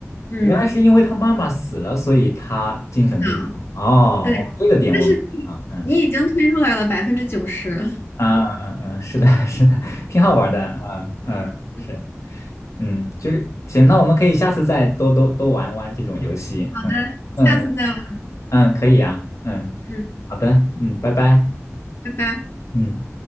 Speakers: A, on the left; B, on the left.
A: 嗯，
B: 原来是因为他妈妈死了，所以他精神病了哦，
A: 啊，对，
B: 哦，这个点我们啊，
A: 但是你你已经推出来了百分之九十。
B: 嗯，啊，嗯嗯，嗯是的，<laughs> 是的，挺好玩的，嗯嗯，
A: <laughs>
B: 是，嗯，就是行，那我们可以下次再多多多玩玩这种游戏，
A: 好的，
B: 嗯嗯嗯
A: 下次再玩。
B: 嗯，可以呀，嗯，
A: 嗯，
B: 好的，嗯，拜拜，
A: 拜拜。
B: 嗯。